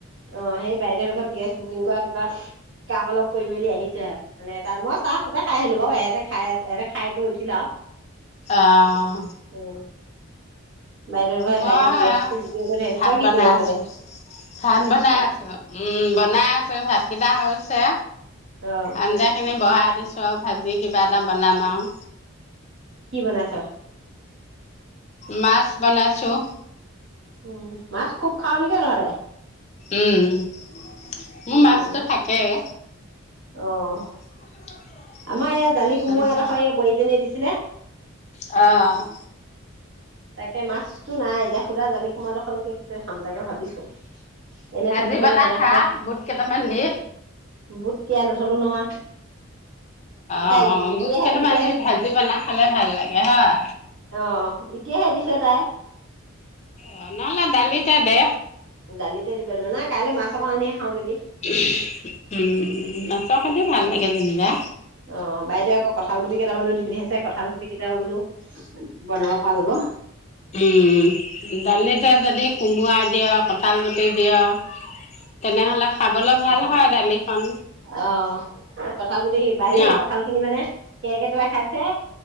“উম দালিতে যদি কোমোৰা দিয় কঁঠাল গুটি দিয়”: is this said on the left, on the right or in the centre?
Left